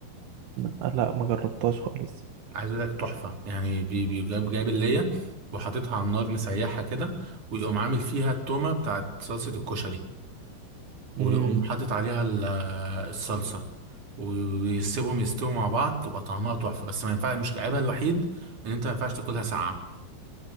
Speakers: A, on the right; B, on the right.
A: لا لا، ما جربتهاش خالص
B: عايز اقول لك تحفه يعني بي... بي... جايب جايب الليه وحاططها على النار مسيحها كده ويقوم عامل فيها التومه بتاعت صلصه الكشري ويقوم
A: امم
B: حاطط عليها ال- الصلصه ويسيبهم يستووا مع بعض تبقى طعمها تحفه بس ما ينفعش مش عيبها الوحيد ان انت ما ينفعش تاكلها ساقعه